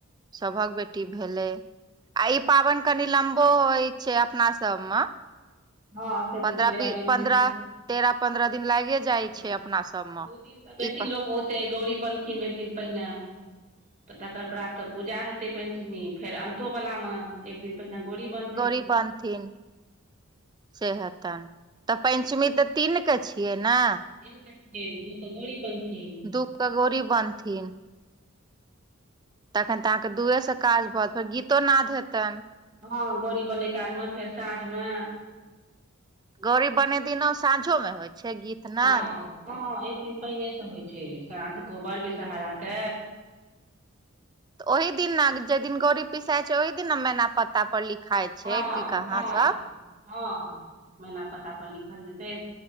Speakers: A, on the right; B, on the right.
A: सबहक बेटी भेलै, आ ई पाबैन कनि लम्बो होइ छै, अपना सबमे।
B: हँ से
A: पन्द्रह,
B: तऽ तेरह
A: बी,
B: दिन
A: पन्द्रह,
B: होइ छै
A: तेरह, पन्द्रह दिन लागै जाइ
B: हँ
A: छै, अपना सबमे।
B: दू दिन तऽ बेसी
A: ई प
B: लोक औते, गौरी बनथिन एक दिन पहिने। तऽ तकर प्रातऽ स पूजा हेतै पञ्चमी, फेर अन्तो वलामे, एक दिन पहिने गोरी बन
A: गौरी बनथिन। से हेतैन, तऽ पञ्चमी तऽ, तीन क छियै ने।
B: तीन क छिऐ त दू क गौरी बनथिन
A: दु क गौरी बनथिन तखन तऽ अहाँके दुए स काज परत फेर गीतो नाद हेतनि
B: हँ गौड़ी बनय कालमे फेर साँझमे
A: गौरी बनेय दिनो साँझोमे होइ छै गीत नाद
B: हँ हँ एक दिन पहिने से होइ छै साँझ कोबर बिषहाराके
A: तऽ ओहि दिन ने जेहि दिन गौड़ी पिसाय छै ओहि दिन ने मैना पता पर लिख लिखाय छै
B: हँ
A: की कहाँ
B: हँ
A: सब
B: हँ मैना पता पर लिखल जेतै